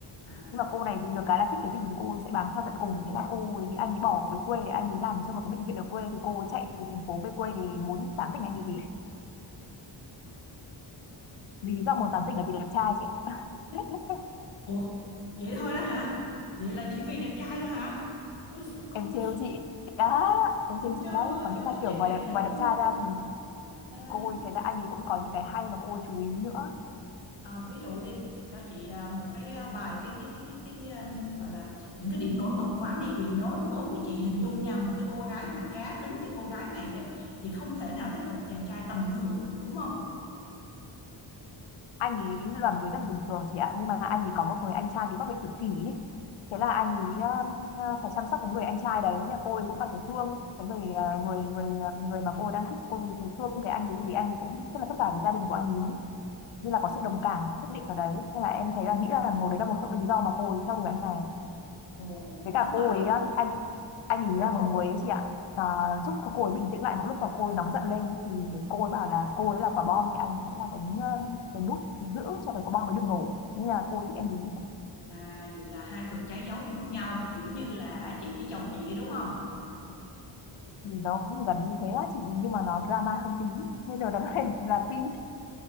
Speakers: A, on the left; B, on the left.
A: à
B: nhưng mà cô này thì được cái là thích cái gì thì cô ấy sẽ bám theo tận cùng thế là cô ấy anh ấy bỏ về quê để anh ấy làm cho một cái bệnh viện ở quê thì cô ấy chạy từ thành phố về quê để muốn tán tỉnh anh ấy lý do muốn tán tỉnh là vì đẹp trai chị ạ <laughs>
A: ủa vậy thôi đó hả vậy là chỉ vì đẹp trai thôi hả Ôi, cô
B: em trêu chị đã em trêu chị
A: trời
B: đấy có nghĩa
A: ơi
B: là
A: chứ
B: kiểu
A: chị
B: ngoài
A: nghĩ
B: đẹp
A: là
B: ngoài
A: gu
B: đẹp trai ra thì
A: ờ,
B: cô ấy thấy là anh ấy cũng có những cái hay mà cô ấy chú ý nữa
A: Ờ, ví dụ đi cho chị à, một cái à, vài cái cái cái cái, cái à, gọi là những cái điểm nổi bật của anh đi vì nó đối với chị hình dung nha một cái cô gái mà cá tính như cô gái này á, thì không thể nào thích một chàng trai tầm thường được đúng không?
B: anh ấy là một người rất là bình thường chị ạ nhưng mà anh ấy có một người anh trai bị mắc bệnh tự kỷ ý. thế là anh ấy um, phải chăm sóc cái người anh trai đấy Nên là cô ấy cũng cảm thấy thương cái người uh, người người ờ, người mà cô ấy đang thích cô ấy thấy thương cái anh ấy vì anh ấy cũng rất là vất vả với gia đình của anh ấy như là có sự đồng cảm nhất định ở đấy nên là em thấy là nghĩ là một đấy là một trong những lý do mà cô ấy theo đuổi anh này
A: Ồ,
B: với cả
A: nếu
B: cô
A: vậy
B: ấy á, anh anh ý là một người ấy chị ạ à, giúp cô ấy bình tĩnh lại mỗi lúc mà cô ấy nóng giận lên thì cô ấy bảo là cô ấy là quả bom thì anh hãy là cái ờ, cái nút giữ cho cái quả bom mới được nổ nhưng là cô ấy thích anh ý
A: à, vậy là hai cực trái dấu thì hút nhau kiểu như là chị với chồng chị đúng không?
B: thì nó cũng gần như thế á chị nhưng mà nó drama hơn tí nên điều đáng này <laughs> là phim